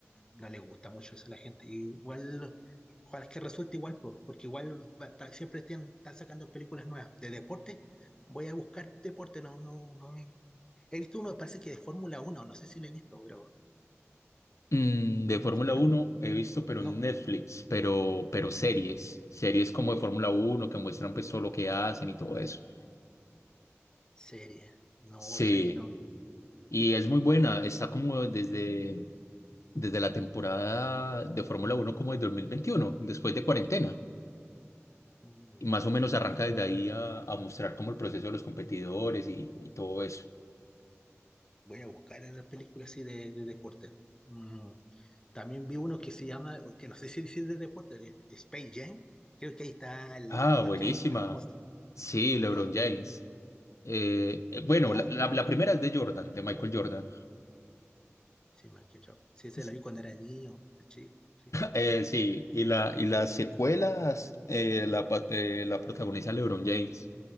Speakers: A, on the left (about 15°); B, on the left (about 85°).
A: no le gusta mucho eso a la gente. Y igual, ojalá es que resulte igual, pues, porque igual va- está- siempre estén- están sacando películas nuevas. De deporte, voy a buscar deporte, no, no, no. He visto uno, parece que de Fórmula uno no sé si lo he visto, pero
B: Mm, de Fórmula
A: ¿suena?
B: Uno he visto, pero
A: No,
B: en Netflix, pero, pero series. Series como de Fórmula Uno que muestran pues todo lo que hacen y todo eso.
A: serie, no,
B: Sí,
A: serie no.
B: y es muy buena. Está como desde, desde la temporada de Fórmula Uno como de 2021, después de cuarentena.
A: Mm,
B: Y más
A: Después,
B: o menos
A: de-
B: arranca
A: bueno,
B: desde ahí a, a mostrar como el proceso de los competidores y, y todo eso.
A: voy a buscar las películas así de, de deporte. Mm, También vi uno que se llama, que no sé si si es de deporte, Space Jam. Creo que ahí está el
B: Ah,
A: un basquetbolista
B: buenísima.
A: famoso.
B: Sí, LeBron
A: Un bas-
B: James. Eh, eh, bueno,
A: Hay dos.
B: la, la- la primera es de Jordan, de Michael Jordan.
A: Mm, Sí, Michael Jordan. Sí, se
B: <laughs>
A: lo vi cuando era niño, el chico. Sí,
B: Eh, sí, y, la, y las secuelas eh, la, pa- eh, la protagoniza LeBron James.